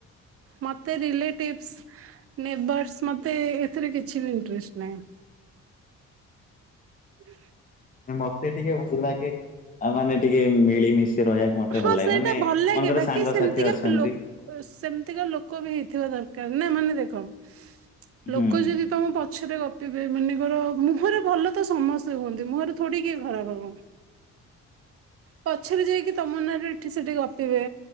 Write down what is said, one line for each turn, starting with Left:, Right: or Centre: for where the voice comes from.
Right: ମତେ ରିଲେଟିଭସ ନେବର୍ସ ମ ତ ଏଥିରେ କିଛି ବି ଇନ୍ତ୍ରେଷ୍ଟ ନାହିଁ। ହୁଁ।
Left: ହଁ, ମତେ ଟିକେ ଭଲ ଲାଗେ ଆଉ ମାନେ ଟିକେ ମିଳିମିଶି ରହିବାକୁ ମତେ
Right: ହଁ
Left: ଭଲ ଲାଗେ
Right: ସେଇଟା
Left: ମାନେ
Right: ଭଲ ଲାଗେ
Left: ମନେକର
Right: ବାକି
Left: ସାଙ୍ଗସାଥି
Right: ସେମିତିକା
Left: ଅଛନ୍ତି
Right: ଲୋକ ବି ହେଇଥିବା ଦରକାର। ନା ମାନେ ଦେଖମ୍
Left: ହୁଁ
Right: ଲୋକ
Left: ହୁଁ
Right: ଯଦି ତମ ପ ପଛରେ ଗପିବେ ମନେକର ମୁହରେ ଭଲ ତ ସମସ୍ତେ ହୁଅନ୍ତି ମୁହଁରେ ଥଡିକିଏ ଖରାପ ହବ। ପଛରେ ଯାଇକି ତମ ମନରେ ଏଠି ସେଠି ଗପିବେ